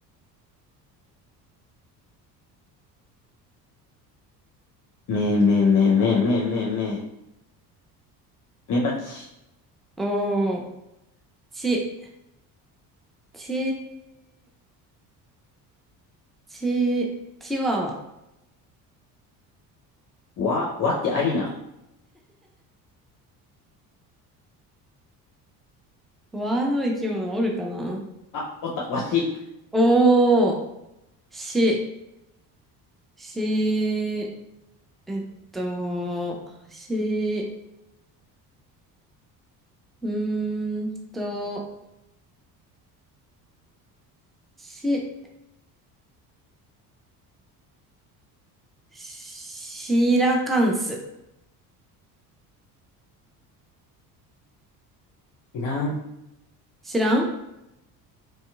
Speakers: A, on the left (about 45°); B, in the centre.
A: メ、メ、メ、メ、メ、メ、メ、メバチ。
B: おー、ち、ち、ち、チワワ。
A: わ、わってありなん
B: ワの生き物おるかな
A: あ、おった、わし。
B: おー、し、し、えっと、し、うーんと、し、シーラカンス。
A: いらん。
B: 知らん